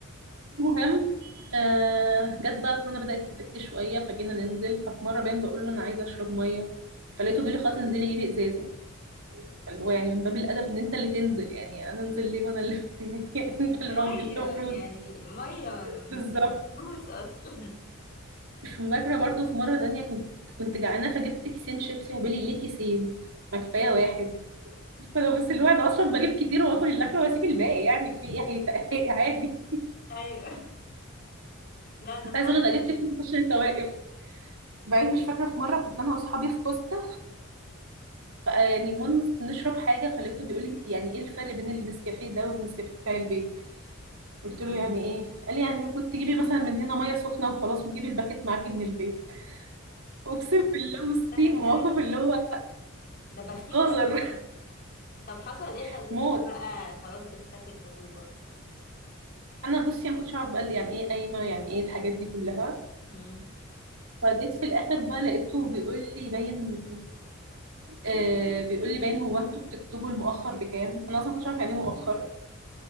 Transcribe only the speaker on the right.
المهم آه جت بقى كورونا بدأت تفك شوية فجينا ننزل ففي مرة باين بقول له أنا عايزة أشرب مية فلقيته بيقول لي خلاص انزلي جيبي إزازة فاللي هو يعني من باب الأدب إن أنت اللي تنزل يعني أنا أنزل ليه وأنا اللي <laughs> يعني أنت
الراجل
المفروض
بالظبط
مش فاكرة برضو في مرة تانية كنت كنت جعانة فجبت كيسين شيبسي فبيقول لي ليه كيسين ما كفاية واحد فأنا بص اللي هو أنا أصلا بجيب كتير وآكل اللي أكله وأسيب الباقي يعني في إيه هيت- <laughs> عادي
كنت
عايزة أقول لك أنا
جبت كتير
عشان أنت واقف بعدين مش فاكرة في مرة كنت أنا وأصحابي في كوستا بقى يعني المهم بنشرب حاجه فلقيته بيقول لي انت يعني ايه الفرق بين النسكافيه ده والنسكافيه بتاع البيت قلت له
يعني ايه قال لي يعني كنت تجيبي مثلا من هنا ميه سخنه وخلاص وتجيبي الباكت معاكي من البيت اقسم بالله بصي
موقف اللي هو
قذر
<laughs>
موت
انا بصي انا ما كنتش اعرف بقى اللي يعني ايه قايمه يعني ايه الحاجات دي كلها
فجيت في الاخر بقى لقيته بيقول لي باين آه بيقول لي باين هو انتوا بتكتبوا المؤخر بكام انا اصلا ما كنتش عارف يعني ايه مؤخر